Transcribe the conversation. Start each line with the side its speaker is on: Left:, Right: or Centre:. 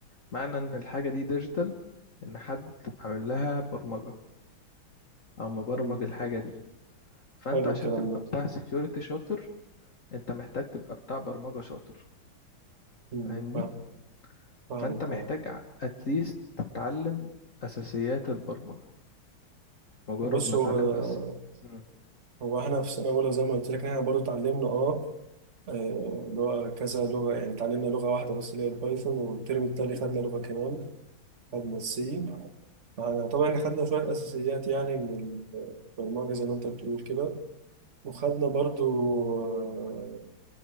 Left: معنى ان الحاجة دي ديجيتال ان حد عامل لها برمجة او مبرمج
Right: مم.
Left: الحاجة دي فانت
Right: حلو
Left: عشان
Right: الكلام
Left: تبقى
Right: ده
Left: بتاع سيكيورتي شاطر انت محتاج تبقى بتاع برمجة شاطر
Right: مم.
Left: فاهمني
Right: فاهم فاهم
Left: فانت
Right: طبعا
Left: محتاج اتليست تتعلم اساسيات البرمجة مجرد
Right: بص
Left: ما
Right: هو
Left: اتعلمت
Right: آه،
Left: أس... مم.
Right: هو احنا في سنه اولى زي ما قلت لك إن احنا برضه اتعلمنا اه آه، لغه كذا لغه يعني اتعلمنا لغه واحده بس اللي هي البايثون والترم التاني خدنا لغه كمان خدنا السي يعني طبعا احنا خدنا شويه اساسيات يعني من البرمجه زي ما انت بتقول كده وخدنا برضه آه،